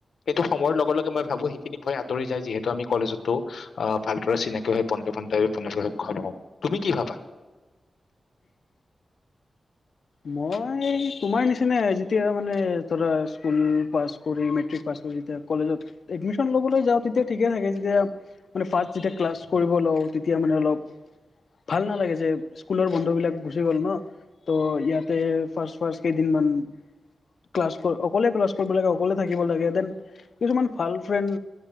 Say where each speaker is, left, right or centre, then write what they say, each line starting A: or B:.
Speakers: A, on the left (about 85°); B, on the left (about 65°).
A: সেইটো সময়ৰ লগে। লগে। মই ভাবোঁ সেইখিনি ভয় আঁতৰি যায়। যিহেতু আমি কলেজতো আহ ভালদৰে চিনাকি হৈ বন্ধু বান্ধৱী কৰিবলৈ সক্ষম হওঁ, তুমি কি ভাবা?
B: মই তোমাৰ নিচিনাই আৰু যেতিয়া মানে ধৰা স্কুল প কৰি মেট্ৰিক পাছ কৰি যেতিয়া কলেজত এডমিশন লবলৈ যাওঁ। তেতিয়া ঠিকে থাকে। যেতিয়া মানে ফাৰ্ষ্ট যেতিয়া ক্লাছ কৰিব লওঁ। তেতিয়া মানে অলপ ভাল নালাগে। যে স্কুলৰ বন্ধু বিলাক গুচি গ'ল ন ত' ইয়াতে ফাৰ্ষ্ট ফাৰ্ষ্ট কেইদিন মান ক্লাছ অকলে ক্লাছ কৰিব লাগে। অকলে থাকিব লাগে। দেন কিছুমান ভাল ফ্ৰেড